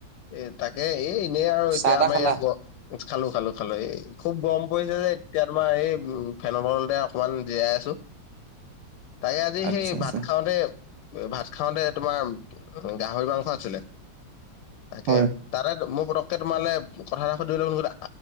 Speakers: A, on the left; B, on the right.
A: এ তাকে এ এনেই আৰু এতিয়া
B: চাহ তাহ
A: আমাৰ
B: খালা
A: ইয়াত ৱ- খালো খালো খালো এই খুব গৰম পৰিছে দেই। এতিয়া তোমাৰ এই উম ফেনৰ তলতে অকমান জীয়াই আছো। তাকে আজি
B: আচ্ছা
A: সেই
B: আচ্ছা
A: ভাত খাওঁতে ভাত খাওঁতে তোমাৰ- গাহৰি মাংস আছিলে। তাকে,
B: হয়
A: - তাতে মোৰ পতককে তোমালে কথা এটা সুধিবলে মন গ'ল